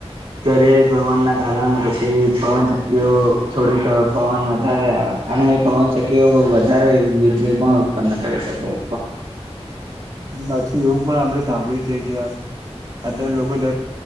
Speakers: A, on the right; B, on the right.
A: દરિયાઈ પવન ના કારણે પછી પવનશક્તિઓ થોડીક પવન વધારે આવે અને એ પવનચકીઓ વધારે વીજળી પણ ઉત્પન્ન કરી શકો
B: પાછી, એવું પણ આપડે સાંભળ્યું છે, ગ્યા અત્યારે લોકો દ